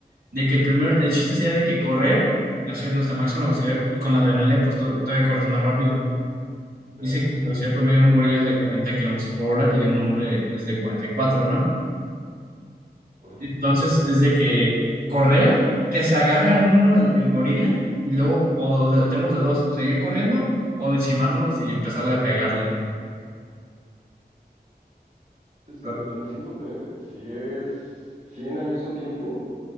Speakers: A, on the right; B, on the right.
A: de que el primer, el chiste sería de que correr hacia nuestra máxima velocidad y con la adrenalina pues to- todavía corres más rápido.
B: Ya,
A: Dice que la velocidad promedio de un gorila es de 40 kilómetros por hora y de un hombre es de 44, ¿no?
B: ajá.
A: Entonces es de que correr, que se agarre a uno el, el gorila y luego o, de- o tenemos de dos, o seguir corriendo o encimarnos y empezarle a pegarle.
B: Es
A: Pero
B: que depende, siento que si es 100 al mismo tiempo,